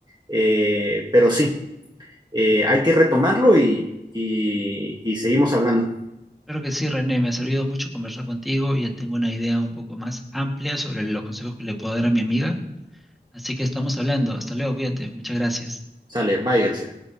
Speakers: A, on the right; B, in the centre.
A: Eh, pero sí, eh, hay que retomarlo y, y, y seguimos hablando.
B: Claro que sí, René, me ha servido mucho conversar contigo. y Ya tengo una idea un poco más amplia sobre los consejos que le puedo dar a mi amiga. Así que estamos hablando. Hasta luego, cuídate. Muchas gracias.
A: Sale, bye, García.